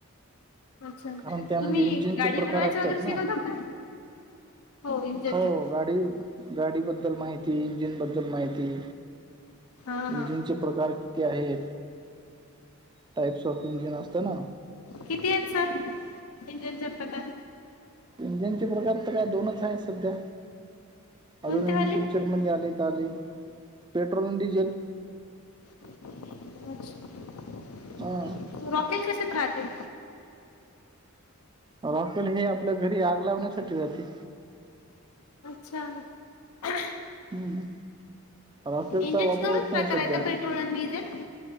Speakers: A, on the left; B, on the right.
A: अच्छा
B: कारण त्यामध्ये
A: तुम्ही
B: इंजिनचे
A: गाडी
B: प्रकार
A: बनवायचं
B: असतात
A: वगैरे शिकवता
B: ना.
A: का? हो इंजनचे
B: हो गाडी गाडी बद्दल माहिती, इंजिन बद्दल माहिती,
A: हा
B: इंजिनचे
A: हा
B: प्रकार ते आहे, टाइप्स ऑफ इंजिन असतं ना
A: किती आहेत सर, इंजनचे प्रकार?
B: इंजनचे प्रकार तर दोनच आहेत सध्या.
A: कोणते
B: अजून इन
A: वाले
B: फ्युचर फ्युचरमध्ये आले त आले, पेट्रोल अन डिझेल.
A: <unintelligible>
B: हां.
A: रॉकेल कशात राहते?
B: रॉकेल हे आपल्या घरी आग लावण्यासाठी राहते.
A: अच्छा <unintelligible>
B: हम्म, राॅकेलचा
A: इंजिनचे
B: वापर
A: दोनच
B: होत
A: प्रकार
B: नाही सध्या.
A: आहेत पेट्रोल आणि डिझेल